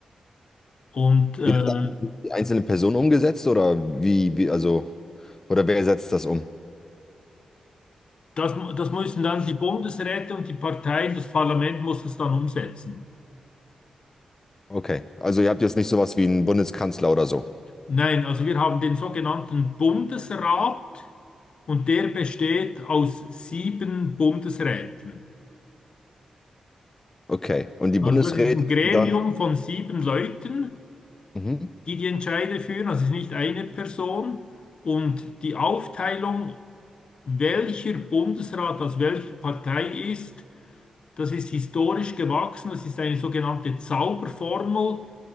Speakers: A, on the left; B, on the left.
A: Und äh,
B: Wie das dann die einzelnen Personen umgesetzt oder wie, wie, also, oder wer setzt das um?
A: Das, mu- das müssen dann die Bundesräte und die Parteien, das Parlament muss das dann umsetzen.
B: Okay. Also ihr habt jetzt nicht sowas wie einen Bundeskanzler oder so.
A: Nein, also wir haben den sogenannten Bundesrat und der besteht aus sieben Bundesräten.
B: Okay. Und die
A: Also
B: Bundesräte
A: das ist ein Gremium
B: sind dann.
A: von sieben Leuten,
B: Mhm.
A: die die Entscheide führen, also es ist nicht eine Person. Und die Aufteilung, welcher Bundesrat aus welcher Partei ist, das ist historisch gewachsen, das ist eine sogenannte Zauberformel.